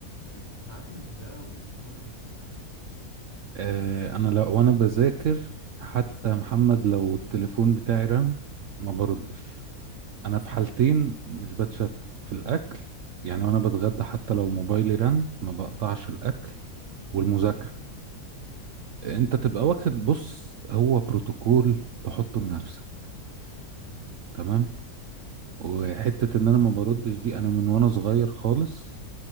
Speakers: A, on the left (about 15°); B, on the right (about 60°).
A: آه، بتعاني من ده وبتواجهه ازاي؟
B: آه انا لو وانا بذاكر حتى محمد لو التليفون بتاعي رن ما بردش انا في حالتين مش بتشتت في الاكل يعني وانا بتغدى حتى لو موبايلي رن ما بقطعش الاكل والمذاكره انت تبقى
A: آه.
B: واخد بص هو بروتوكول تحطه لنفسك تمام وحته ان انا ما بردش دي انا من وانا صغير خالص